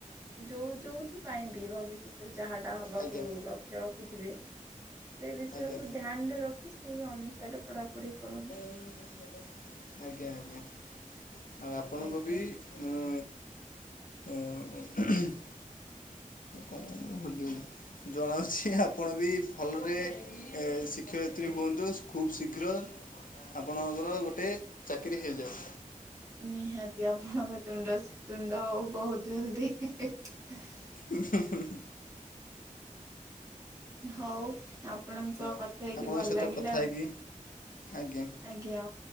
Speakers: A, on the right; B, on the left.
A: ଯୋଉ ଯୋଉଥି ପାଇଁ ବି ଭବିଷ୍ୟ ଯାହା ଟା ହବାକୁ
B: ଆଜ୍ଞା
A: ଲକ୍ଷ ରଖିଥିବେ ସେ ବିଷୟକୁ
B: ଆଜ୍ଞା
A: ଧ୍ୟାନ ରେ ର କି ସେଇ ଅନୁସାରେ ପଢାପଢି କରନ୍ତୁ।
B: ଆଜ୍ଞା ଆଜ୍ଞା ଆଉ ଆପଣଙ୍କୁ
A: ଆଜ୍ଞା
B: ବି ମୁଁ <unintelligible> କ ହଲି ହଲି ଜଣାଅଛି ଆପଣ ବି ଭଲରେ ଏ ଶିକ୍ଷୟିତ୍ରୀ ହୁଅନ୍ତୁ ଖୁବ୍ ଶୀଘ୍ର ଆପଣଙ୍କର ଗୋଟେ ଚାକିରି ହେଇଯାଉ।
A: ନିହାତି ଆପଣଙ୍କ ତୁଣ୍ଡ ଶୁତୁଣ୍ଡ ହୋଉ ବହୁତ ଜଲଦି ହିଁ ହିଁ ହିଁ
B: ହ <unintelligible>
A: ହଉ ଆପ୍ ଆପଣଙ୍କ
B: ହଉ
A: ସହ କଥା ହେଇକି
B: ଆପଣଙ୍କ
A: ଭଲ
B: ସହିତ
A: ଲାଗିଲା।
B: କଥା ହେଇକି ଆଜ୍ଞା।
A: ଆଜ୍ଞା।